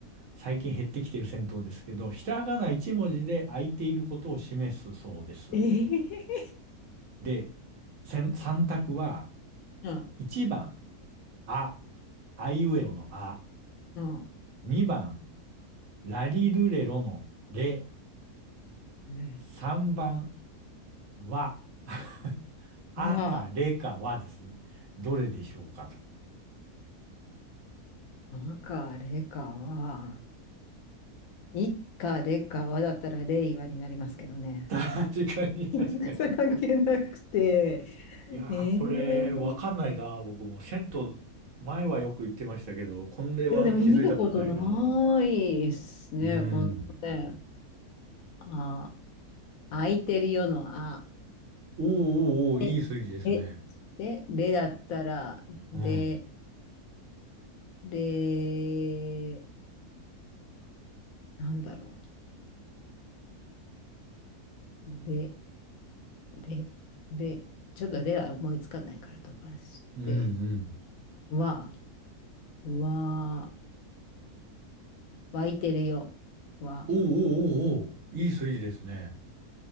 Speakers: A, on the right; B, on the left.
A: 最近減ってきている銭湯ですけど、ひらがな1文字で空いていることを示すそうです。
B: ええ
A: で、せん、3択は、
B: うん。
A: 1番、あ、あいうえおのあ。
B: うん。
A: 2番、ラリルレロのレ。
B: ね
A: 3番、は。<laughs> あかれかはですね。
B: うわ
A: どれでしょうかと。
B: あ、なんか、レカは、いっか、レカはだったらレイ和になりますけどね。
A: 確かに、確かに。
B: <laughs> それ関係なくて、
A: いやー、
B: ええい
A: これ、わかんないな、僕も。銭湯、前はよく行ってましたけど、これは気づいたことないな。
B: や、でも見ることないですね、
A: うん。
B: このね。あ、空いてるよの、あ。
A: おーおーおー、
B: で、
A: いい推理ですね。
B: えで、でだったら、
A: うん。
B: で、で、なんだろう。で、で、で、ちょっとでは思いつかないから飛ばして、
A: うんうん。
B: わ、わ、湧いてるよ。わ。
A: おーおーおーおー、いい推理ですね。